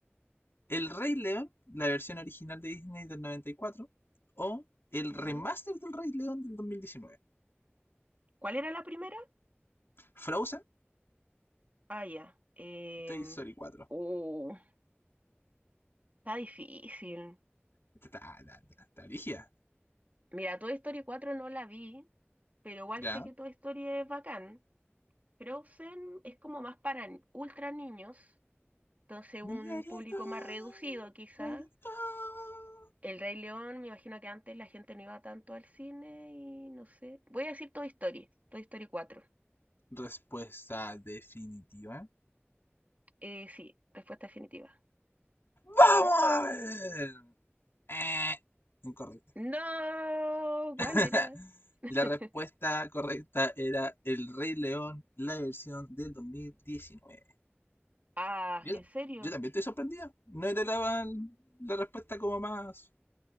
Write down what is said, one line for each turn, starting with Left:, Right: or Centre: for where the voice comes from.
Left: El Rey León, la versión original de Disney del 94, o el
Right: ¿Ya?
Left: remaster del Rey León del dos mil diecinueve.
Right: ¿Cuál era la primera?
Left: Frozen,
Right: Ah, ya. Em,
Left: Toy Story 4.
Right: uh, está difícil.
Left: Está, está, está, está
Right: Mira, Toy Story 4 no la vi, pero igual
Left: ¿ya?
Right: sé que Toy Story es bacán. Frozen es como más para ni- ultra niños. Entonces,
Left: Let
Right: un
Left: it
Right: público
Left: go,
Right: más reducido, quizá.
Left: let it go.
Right: El Rey León, me imagino que antes la gente no iba tanto al cine y no sé. Voy a decir Toy Story, Toy Story cuatro
Left: Respuesta definitiva.
Right: Eh, sí, respuesta definitiva.
Left: ¡Vamos a ver! Eh, incorrecta.
Right: No, ¿cuál
Left: <laughs>
Right: era? <laughs>
Left: La respuesta correcta era El Rey León, la versión del 2019.
Right: Ah,
Left: Yo,
Right: ¿en serio?
Left: yo también estoy sorprendida. No era la, la respuesta como más.